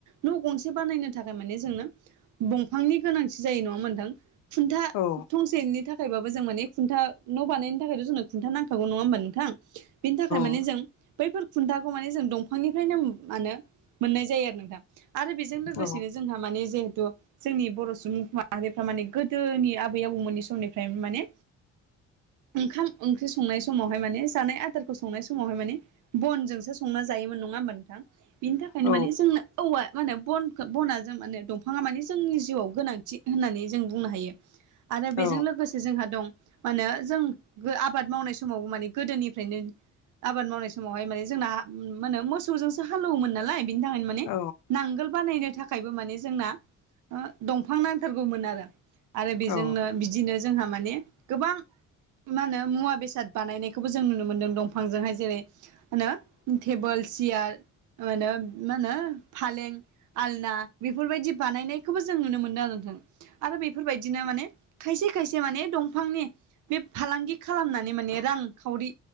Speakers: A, on the right (about 80°); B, on the left (about 90°).
A: न' गंसे बानायनो थाखाय माने जोंनो दंफांनि गोनांथि जायो नङा होमबा मोनथां खुन्था
B: औ
A: थंसेनि थाखाय यबबो जों मानि खुन्था न' बानायनायनि थाखाय' जोंनो खुन्था नाङा होमबा नोंथां? बेनि थाखाय माने
B: औ
A: जों बैफोर खुन्थाखौ माने जों दंफांनिफ्रायनो मा होनो मोननाय जायो आरो नोंथां आरो जों लोगोसेनो
B: औ
A: जोंहा माने जहेतु जोंनि बर' सुबुं माहारिफ्रा माने गोदोनि आबै आबौमोननि समनि फ्राय माने ओंखाम ओंख्रि संनाय समावहाय माने जानाय आदारखौ संनाय समावहाय माने बनजोंसो संना जायोमोन नङा होनबा नोंथां? बेनि थाखायनो
B: औ
A: माने जोंनो औवा मा होनो बन बना जों माने दंफाङा मानिे जोंनि जिउआव गोनांथि होननानै जों बुंनो हायो। आरो बेजों
B: औ
A: लोगोसे जोंहा दं मा होनो जों आबाद मावनाय समावबो माने गोदोनिफ्रायनो आबाद मावनाय समावहाय माने जोंना मा होनो मोसौजोंसो हालेवोमोन नालाय बिनि थाखायनो माने
B: औ
A: नांगोल बानायनो थाखायबो माने जोंना दंफां नांथारगौमोन आरो। आरो बेजोंनो
B: औ
A: बिदिनो जोंहा माने गोबां मा होनो मुवा बेसाद बानायनायखौबो जों नुनो मोन्दों दंफांजोंहाय जेरै मा होनो टेबोल सियार मा होनो मा होनो फालें आलना बेफोरबायदि बानायनायखौबो जों नुनो मोनदों आरो नोंथां। आरो बेफोरबायदिनो माने खायसे खायसे माने दंफांनि बे फालांगि खालामनानै माने रां खावरि